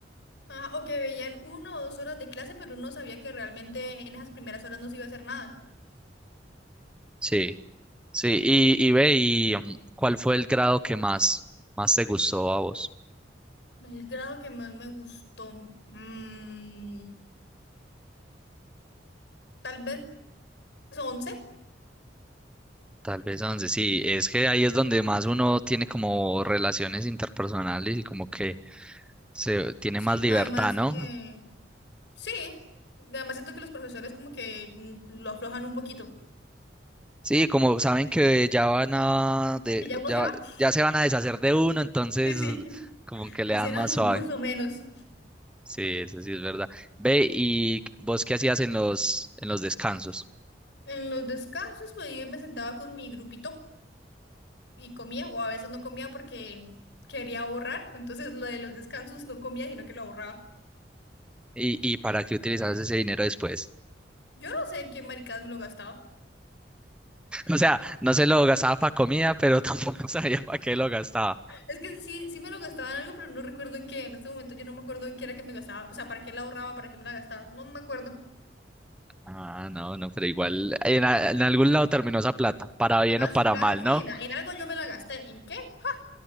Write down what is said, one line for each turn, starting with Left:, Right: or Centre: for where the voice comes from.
Left: Ajá, o que veían una o dos horas de clase, pero uno sabía que realmente en esas primeras horas no se iba a hacer nada.
Centre: Sí. Sí, y, y ve, y mm, ¿cuál fue el grado que más, más te gustó a vos?
Left: El grado que más me gustó. mm, tal vez 11
Centre: Tal vez 11, sí, es que ahí es donde más uno tiene como relaciones interpersonales y como que se tiene
Left: sí.
Centre: más libertad,
Left: Además,
Centre: ¿no?
Left: eh, sí. Además siento que los profesores como que mm, lo aflojan un poquito.
Centre: Sí, como saben que ya van a de,
Left: Y ya uno
Centre: ya,
Left: se va. <laughs>
Centre: ya se van a deshacer de uno, entonces
Left: Sí, sí.
Centre: como que le
Left: Dicen,
Centre: dan
Left: ah,
Centre: más
Left: un
Centre: suave.
Left: curso menos.
Centre: Sí, eso sí es verdad. Ve, ¿y vos qué hacías en los en los descansos?
Left: En los descansos, pues yo me sentaba con mi grupito y comía, o a veces no comía porque quería ahorrar. Entonces lo de los descansos no comía, sino que lo ahorraba.
Centre: ¿Y, y para qué utilizabas ese dinero después?
Left: Yo no sé en qué maricadas me lo gastaba.
Centre: O sea, no se lo gastaba para comida, pero tampoco <laughs> sabía para qué lo gastaba.
Left: Es que sí, sí me lo gastaba en algo, pero no recuerdo en qué. En este momento yo no me acuerdo en qué era que me gastaba. O sea, para qué la ahorraba, para qué me la gastaba. No me acuerdo.
Centre: Ah, no, no, pero igual en, a- en algún lado terminó esa plata, para bien
Left: Ah,
Centre: o para
Left: sí, claro,
Centre: mal,
Left: sí.
Centre: ¿no?
Left: En, en algo yo me la gasté. ¿En qué? ¡Ja!